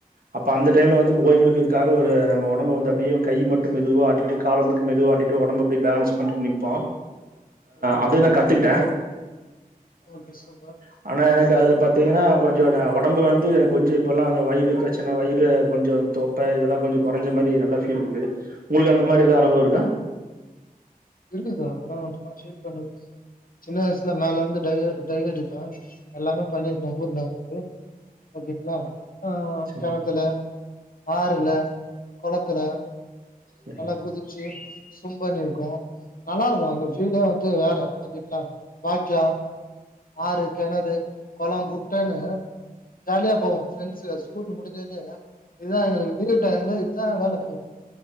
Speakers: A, on the right; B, on the left.
A: அப்ப அந்த டைம்ல வந்து ஓய்வு எடுக்கறதுக்காக ஒரு நம்ம உடம்பு வந்து அப்டியே கை மட்டு மெதுவா ஆட்டிட்டு கால மட்டு மெதுவா ஆட்டிட்டு ஓடம்பு அப்டியே பேலன்ஸ் பண்ணிட்டு நிப்போ
B: ஓகே
A: அது கத்துக்கிட்டே
B: ஓகே சூப்பர்
A: அ ஆனா எனக்கு அதுல பாத்தீங்கனா கொஞ்ச உடம்பு வந்து எனக்கு கொஞ்ச இப்போல்லா அந்த வயிறு பிரச்சன வயிறு கொஞ்சோ தொப்ப இதெல்லா கொஞ்ச கொறஞ்ச மாரி நல்லா பீல் இருக்கு உங்ளுக்கு அந்த மாரி ஏதா அனுபவ இருக்கா
B: இருக்கு சார் <unintelligible> சின்ன வயசுல மேல இருந்து டைவு டைவு அடிப்பே எல்லாமே பண்ணிருக்கே ஊர்ல வந்து ஓகேங்களா ஆ
A: சரி
B: கெணத்துல ஆறுல குளத்துல
A: சரி
B: நல்லா குதிச்சு ஸ்விம் பண்ணிருக்கோ நல்லாருக்கு அந்த ஃபீல்டே வந்து வேற வந்தீங்களா வாக்யா ஆறு கிணறு கொள குட்டன்னு ஜாலியா போகு பிரண்ட்ஸ் ஸ்கூல் முடிஞ்சோடனையே இதா எங்களுக்கு லீவ் டைம்ல இதுதா வேல எங்களுக்கு